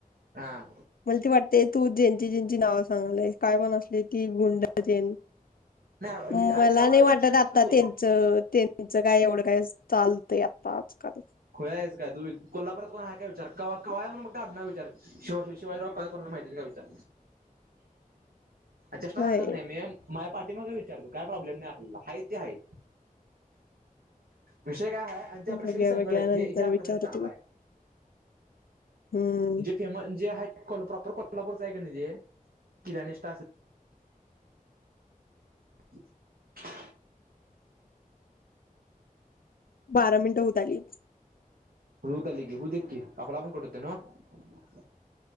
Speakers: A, on the right; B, on the left.
A: हा
B: मला त वाटते तू जे जेंची नाव सांगलय काय पण असले की गुंड जी
A: नाही
B: मला
A: अरे कवाळ
B: नाही वाटत
A: विचार
B: आता
A: की तू
B: त्यांच त्यांच काय एवढं काय चालतंय आता आजकाल.
A: खुळ आहेस काय तू कोल्हापुरात कोण आहे का विचार क कवाळे आहे म्हण बग विचार शिवा शिवाजीराव कवाळे कोणाला माहिती का विचार. चेष्टा
B: होय
A: सांगत नाही मी. पाठीमाग विचार काय प्रॉब्लेम नाही आपल्याला, हाय ते हाय. विषय काय आहे आणिचे
B: बघ्या
A: आपल्या संग संगट
B: बघ्या
A: आहेत हे,
B: नंतर
A: हे आपल्यासाठी
B: विचारतो
A: चांगलं आहे.
B: हम्म
A: जे फेमस जे आहे ल प्रॉपर कॉलपरच आहे <unintelligible> <inaudible>
B: बारा मिनटं होत आली.
A: होऊत आली की होऊ देत की आपला आपण कट होतं नवं.